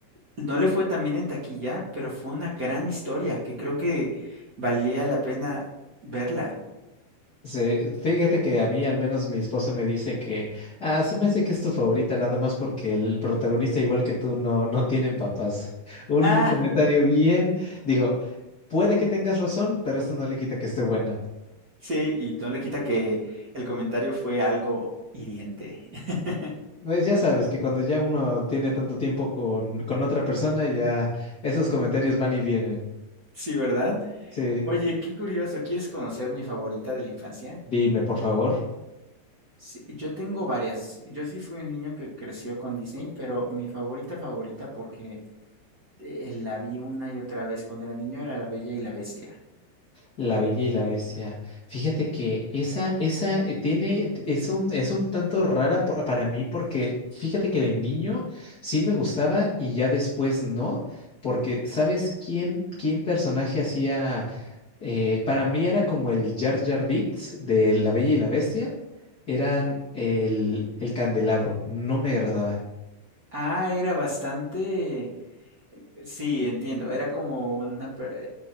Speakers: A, on the right (about 50°); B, on the left (about 85°).
A: No le fue tan bien en taquilla, pero fue una gran historia que creo que valía la pena verla.
B: Se- fíjate que a mí, al menos mi esposa me dice que, ah, se me hace que es tu favorita, nada más porque el protagonista, igual que tú, no, no tienen papás. <laughs> Un
A: Ah,
B: comentario bien, digo, puede que tengas razón, pero eso no le quita que esté buena.
A: sí, y no le quita que el comentario fue algo hiriente. <laughs>
B: Pues ya sabes que cuando ya uno tiene tanto tiempo con, con otra persona, ya esos comentarios van y vienen.
A: Sí, ¿verdad?
B: Sí,
A: Oye, qué curioso. ¿Quieres conocer mi favorita de la infancia?
B: dime, por favor.
A: Sí, yo tengo varias. Yo sí fui un niño que creció con Disney, pero mi favorita favorita porque eh, la vi una y otra vez cuando era niño era La Bella y la Bestia.
B: La Bella y la Bestia. Fíjate que esa, esa eh, tiene, es un, es un tanto rara por- para mí porque fíjate que de niño sí me gustaba y ya después no, porque ¿sabes quién, quién personaje hacía? eh, para mí era como el Jar Jar Binks de La Bella y la Bestia, eran el, el candelabro, no me agradaba.
A: Ah, era bastante... eh, Sí, entiendo. Era como una... per-